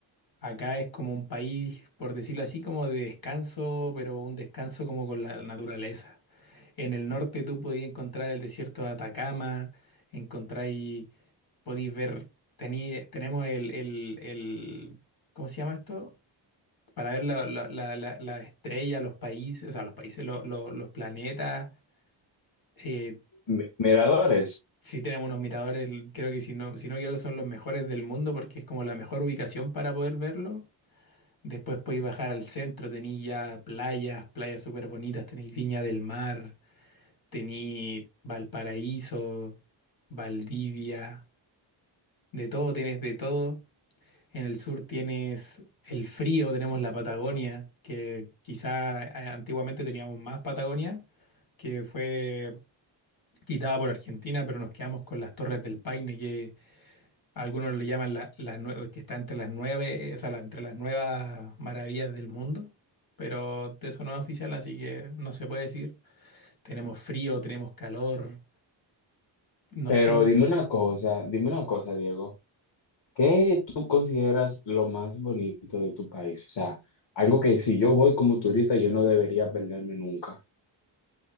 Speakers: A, on the left; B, on the left.
A: Acá es como un país, por decirlo así, como de descanso, pero un descanso como con la naturaleza. En el norte tú podías encontrar el desierto de Atacama, encontráis, podéis ver, tení- tenemos el, el, el, ¿cómo se llama esto? para ver la, la, la- la- la estrella, los países, o sea, los países, lo- lo- los planetas. Eh,
B: mi- miradores.
A: sí tenemos unos miradores, l- creo que si no, si no creo que son los mejores del mundo porque es como la mejor ubicación para poder verlo. Después podéis bajar al centro, tenéis ya playas, playas súper bonitas, tenéis Viña del Mar, tenéis Valparaíso, Valdivia, de todo, tenéis de todo. En el sur tienes el frío, tenemos la Patagonia, que quizá eh, antiguamente teníamos más Patagonia, que fue quitada por Argentina, pero nos quedamos con las Torres del Paine, que algunos le llaman la- las nue- que está entre las nueve, eh, o sea, la- entre las nuevas maravillas del mundo, pero eso no es oficial, así que no se puede decir. Tenemos frío, tenemos calor, no
B: Pero
A: sé.
B: dime una cosa, dime una cosa, Diego. ¿Qué tú consideras lo más bonito de tu país? O sea, algo que si yo voy como turista, yo no debería perderme nunca.